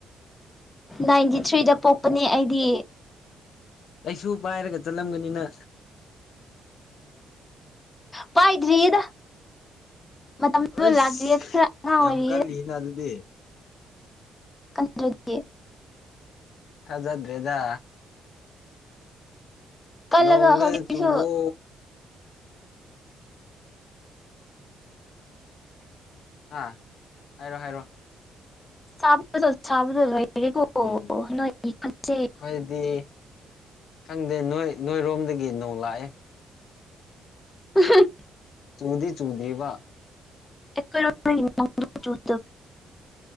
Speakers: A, on the left; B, on the left.
A: ꯅꯥꯏꯟꯇꯤ ꯊ꯭ꯔꯤꯗ ꯄꯣꯛꯄꯅꯦ ꯑꯩꯗꯤ
B: ꯆꯩꯁꯨ ꯄꯥꯏꯔꯒ ꯆꯠꯂꯝꯒꯅꯤꯅ
A: ꯄꯥꯏꯗ꯭ꯔꯤꯌꯦꯗ ꯃꯇꯝꯗꯨ
B: ꯑꯁ
A: ꯂꯥꯥꯛꯇ꯭ꯔꯤꯌꯦ ꯈꯔ ꯑꯉꯥꯡ ꯑꯣꯏꯔꯤꯌꯦ
B: ꯌꯥꯝ ꯀꯜꯂꯤꯅ ꯑꯗꯨꯗꯤ
A: ꯀꯟꯗ꯭ꯔꯥꯗꯤ
B: ꯊꯥꯖꯗ꯭ꯔꯦꯗ
A: ꯀꯜꯂꯒ
B: ꯅꯣꯡꯂꯦ
A: ꯍꯧꯖꯤꯛꯁꯨ
B: ꯆꯨꯋꯣ ꯑꯥ ꯍꯥꯏꯔꯣ ꯍꯥꯏꯔꯣ
A: ꯁꯥꯕꯗ ꯁꯥꯕꯗ ꯂꯣꯏꯔꯦꯀꯣ
B: ꯎꯝ
A: ꯅꯣꯏꯒꯤ ꯈꯨꯟꯁꯦ
B: ꯑꯩꯈꯣꯏꯗꯤ ꯈꯪꯗꯦ ꯅꯣꯏ ꯅꯣꯏꯔꯣꯝꯗꯒꯤ ꯅꯣꯡ ꯂꯥꯛꯑꯦ
A: ꯎꯝꯍꯝ
B: ꯆꯨꯗꯤ ꯆꯨꯗꯦꯕꯥ
A: ꯀꯔꯥꯏꯒꯤ ꯅꯣꯡꯅꯣ ꯆꯨ